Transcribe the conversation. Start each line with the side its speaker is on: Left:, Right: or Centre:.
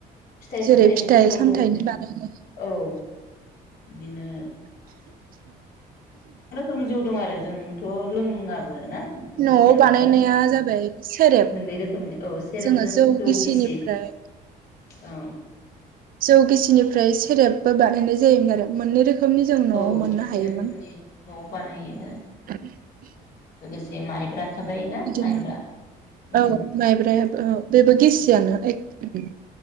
Left: फिथाइ
Right: जेरै
Left: सामथायाइनिबो
Right: फिथाइ
Left: जौ
Right: सामथाइनि
Left: दङ।
Right: बानायनाय
Left: औ इदिनो रोखोमनि जौ दं आरो जोंथ लोङाबो ना? मिथियाबो
Right: न'आव बानायनाया
Left: बारा इसा
Right: जाबाय सेरेब
Left: मोननै रोखोमनि औ सेरेबजों
Right: जोङो जौ गेसिनिफ्राय
Left: गिसि औ
Right: जौ गेसिनिफ्राय सेरेब बा बानायनाय जायोमोन आरो मोनै रोख खोमनि जों न'आव
Left: औ
Right: मोननो
Left: मोननै
Right: हायोमोन।
Left: रोखोमनि न'आव बानायो ओ
Right: <inaudible>
Left: गोसे माइब्रा थाबायोना
Right: इदिनो
Left: माइब्रा उम
Right: औ माइब्रायाबो औ बेबो गिसियानो एख उम